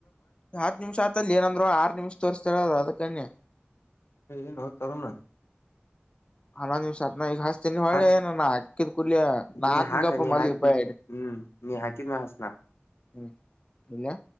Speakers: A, on the left; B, on the left.
A: ಹತ್ ನಿಮಿಷಆತಲ್ಲಿ ಏನಂದ್ರು ಆರು ನಿಮಿಷ ತೋರಿಸ್ತೀರ <unintelligible> ಕನ್ಯೆ
B: ಏನೋ ತರೋಣ
A: ಹನ್ನೊಂದ್ ನಿಮಿಷ ಹತ್ನ ಈಗ ಹಾಚ್ತೇನಿ ಹೊಳ್ಳೆ
B: ಹಚ್
A: ನ ಹಾಕಿದ್ ಕುೂಲಿಿಯ ನಾ
B: ನೀ
A: ಹಾಕ ಗಪ್ಪಪ
B: ನೀ
A: ಮಲ್
B: ಹಾಕ್
A: ಬಿ
B: ಹ್ಮ್ ನೀ ಹಾಕಿದ ಮಾ ಹಾಸನಾ
A: ಹ್ಮ್ ಇಡ್ಲಾ